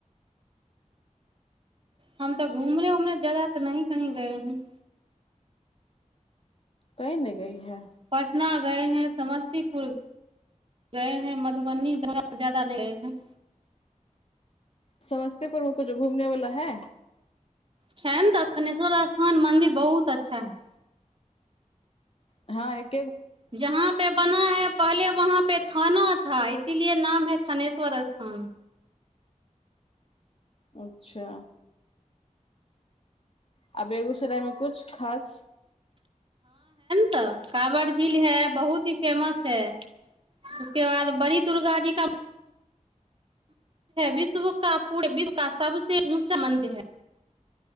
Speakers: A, on the right; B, on the left.
A: हम तऽ घूमने उमने जााददा तऽ नहि कही गए हैं
B: कहिं ने गई है
A: पटना गए हैं समस्तीपुर गए हैं मधुबनी जादा नहि गए हैं
B: समस्तीपुर मे कुछ घूमने वाला है
A: छै ने तऽ थनेश्वर स्थान मन्दिर बहुत अच्छा हइ
B: हँ एक
A: जहाँ पे बना है पहले वहाँ पे थाना थ इसीलिए नाम है थानेश्वर स्थान
B: अच्छा आ बेगूसराय में कुछ खास
A: काँवर झील है बहुत ही फेमस है उसके बाद बड़ी दुर्गा जी का विश्व क पूरा विश्व क सबस ऊँचा मन्दिर है